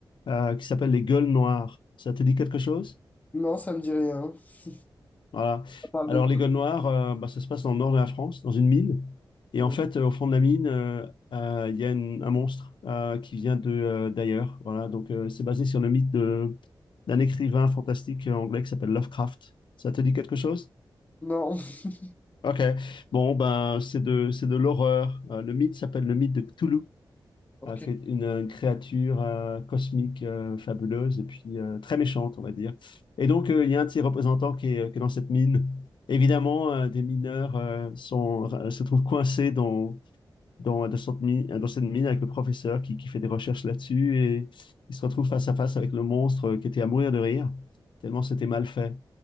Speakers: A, on the left; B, on the left.
A: euh, qui s'appelle Les Gueules Noires. Ça te dit quelque chose?
B: Non, ça me dit rien. Ça
A: Voilà.
B: parle
A: Alors,
B: de quoi?
A: Les Gueules Noires, euh, bah, ça se passe dans le nord de la France, dans une mine. Et
B: Euh,
A: en fait, euh, au fond de la mine, euh, euh, il y a une- un monstre euh, qui vient de euh, d'ailleurs. Voilà. Donc, euh, c'est basé sur le mythe de, d'un écrivain fantastique anglais qui s'appelle Lovecraft. Ça te dit quelque chose?
B: Non. <laughs>
A: Ok. Bon, ben, c'est de, c'est de l'horreur. Euh, le mythe s'appelle le mythe de Cthulhu.
B: Ok.
A: à quel- une, une créature euh, cosmique euh, fabuleuse et puis euh, très méchante, on va dire. Et donc, euh, il y a un de ses représentants qui est, euh, qui est dans cette mine. Évidemment, euh, des mineurs euh, sont, euh, se trouvent coincés dans, dans, dans cette mine, dans cette mine avec le professeur qui, qui fait des recherches là-dessus et ils se retrouvent face à face avec le monstre euh, qui était à mourir de rire, tellement c'était mal fait.